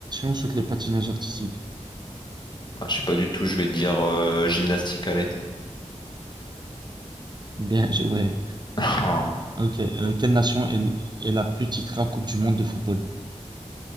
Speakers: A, on the right; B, on the left.
A: soit le patinage artistique.
B: Ah, je sais pas du tout, je vais dire euh, gymnastique, allez. <laughs>
A: Bien, je- ouais.
B: Ah,
A: Ok. Euh, quelle nation est, l- est la plus titrée en Coupe du Monde de football?